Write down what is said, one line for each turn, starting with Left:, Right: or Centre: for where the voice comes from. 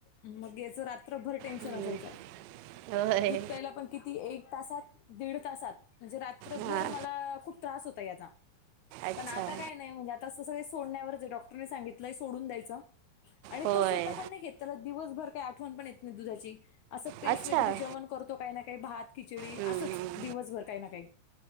Left: मग याच रात्र भर टेन्शन
Right: हम्म.
Left: असायचा,
Right: होय
Left: दुध प्यायला पण किती एक तासात, दीड तासात म्हणजे रात्रभर
Right: हां
Left: मला खूप त्रास होता याचा.
Right: अच्छा
Left: पण आता काय नाही म्हणजे आता असं सगळ सोडण्यावरच डॉक्टरने सांगितलं सोडून द्यायचं. आणि
Right: होय
Left: तो स्वतः पण नाही घेत त्याला दिवसभर काही आठवण पण येत नाही दुधाची असं पेसट
Right: अच्छा
Left: वगैरे जेवण करतो काही ना काही भात खिचडी
Right: हम्म,
Left: असंच, दिवसभर काही ना काही